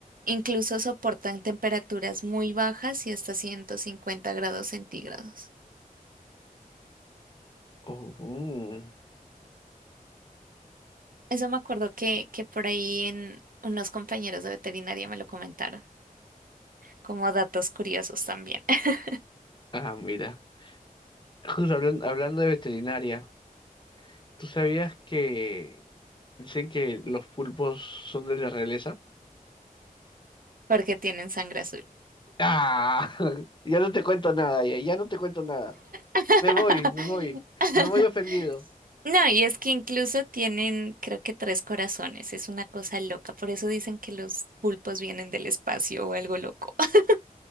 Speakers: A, on the right; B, on the left.
A: Incluso soportan temperaturas muy bajas y hasta 150 grados centígrados.
B: Oh, mm.
A: Eso me acuerdo que, que por ahí en unos compañeros de veterinaria me lo comentaron, como datos curiosos también, <laughs>
B: Ah, mira. Justo hablan- hablando de veterinaria, ¿tú sabías que dicen que los pulpos son de la realeza?
A: porque tienen sangre azul.
B: Ah, <laughs> ya no te cuento nada, ya, ya no te cuento nada.
A: <laughs>
B: Me voy, me voy. Me voy ofendido.
A: No, y es que incluso tienen, creo que tres corazones, es una cosa loca, por eso dicen que los pulpos vienen del espacio o algo loco. <laughs>